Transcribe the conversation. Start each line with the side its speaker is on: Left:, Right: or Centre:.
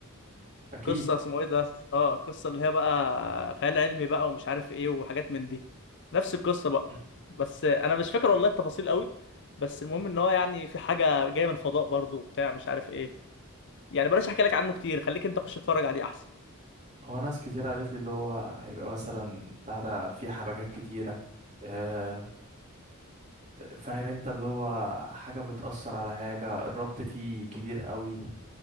Right: اكيد
Left: القصه اسمه ايه ده اه القصه اللي هي بقى خيال علمي بقى ومش عارف ايه وحاجات من دي نفس القصه بقى
Right: م.
Left: بس آه، انا مش فاكر والله التفاصيل قوي بس المهم ان هو يعني في حاجه جايه من الفضاء برضه وبتاع مش عارف ايه يعني بلاش احكي لك عنه كتير خليك انت خش اتفرج عليه احسن
Right: هو ناس كتير قالت لي اللي هو هيبقى مثلا بتاع ده فيه حبكات كتيره آه، فاهم انت اللي هو حاجة بتأثر على حاجة الربط فيه كبير قوي